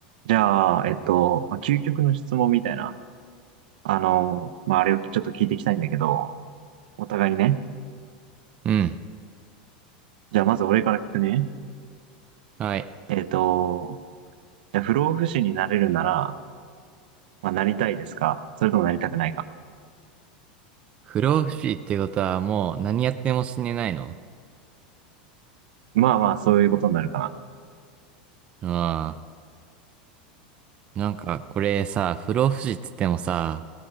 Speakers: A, on the right (about 75°); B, on the right (about 25°).
A: じゃあ、えっと、まあ、究極の質問みたいな、あの、まあ、あれをちょっと聞いていきたいんだけど、お互いにね。
B: うん。
A: じゃあ、まず俺から聞くね。
B: はい。
A: えっと、じゃあ、不老不死になれるなら、まあ、なりたいですかそれともなりたくないか
B: 不老不死ってことはもう何やっても死ねないの
A: まあまあ、そういうことになるかな。
B: ああ。なんかこれさ、不老不死っつってもさ、